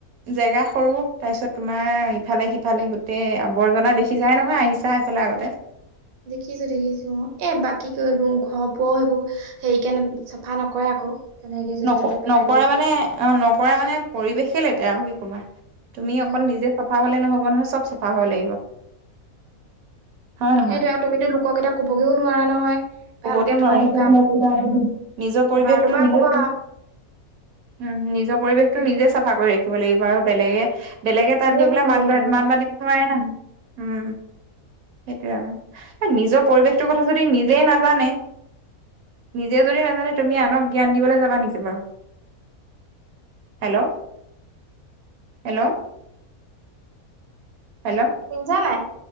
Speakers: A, on the right; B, on the right.
A: জেগা সৰু তাৰপিছত তোমাৰ ইফালে সিফালে গোটেই আৱৰ্জনা দেখিছায়াহে নহয়, আহিছা এইফালে আগতে।
B: দেখিছো দেখিছো। অ, এ বাকী ক ৰু ঘৰ বোৱা সেইবোৰো। সেইকাৰণে চাফা নকৰে আকৌ। তেনেকে য'তে
A: নক
B: ত'তে পেলাই
A: নকৰে
B: দিয়ে।
A: মানে অ নকৰে মানে পৰিৱেশে লেতেৰা আৰু কি কবা তুমি
B: উম
A: অকল নিজে চাফা হলে নহব নহয় চব চাফা হব লাগিব। হয় নহয়
B: এইটো আৰু তুমিতো লোকক এতিয়া কবগেও নোৱাৰা নহয়। ভালকে
A: কবতো
B: থওক
A: নোৱাৰি
B: কিবা বুলি
A: নিজৰ পৰিৱেশটো
B: এবাৰ দুবাৰ
A: নিজে
B: কবা
A: উম নিজৰ পৰিৱেশটো নিজে চাফা কৰি ৰাখিব লাগিব আৰু বেলেগে বেলেগে
B: নিজে
A: তাত গৈ
B: চাফা
A: পেলাই মাত
B: কৰিব লাগিব
A: মাত মাতি নোৱাৰে ন উম সেইটোয়ে আৰু এ নিজৰ পৰিৱেশটোৰ কথা যদি নিজে না জানে নিজে যদি নাজানে তুমি আনক জ্ঞান দিবলৈ যাবা নেকি বাৰু। হেল্ল' হেল্ল' হেল্ল'
B: শুনিছা নাই